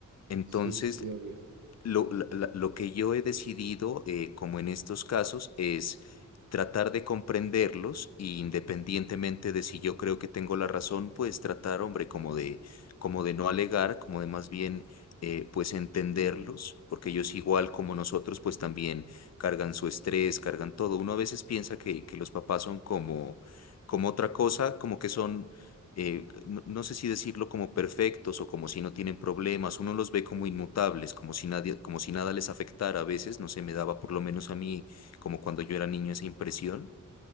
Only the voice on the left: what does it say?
Entonces,
lo, la- la- lo que yo he decidido, eh, como en estos casos, es tratar de comprenderlos y independientemente de si yo creo que tengo la razón, pues tratar, hombre, como de, como de no alegar, como de más bien, eh, pues entenderlos, porque ellos igual como nosotros, pues también cargan su estrés, cargan todo. Uno a veces piensa que, que los papás son como, como otra cosa, como que son eh, no, no sé si decirlo como perfectos o como si no tienen problemas, uno los ve como inmutables, como si nadie, como si nada les afectara a veces, no sé, me daba por lo menos a mí, como cuando yo era niño, esa impresión.